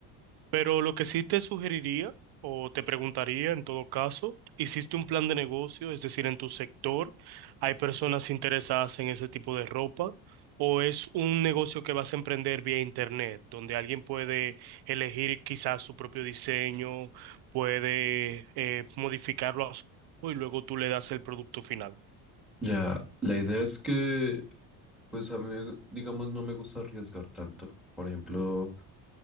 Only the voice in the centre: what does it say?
Ya, la idea es que, pues a mí, digamos, no me gusta arriesgar tanto. Por ejemplo,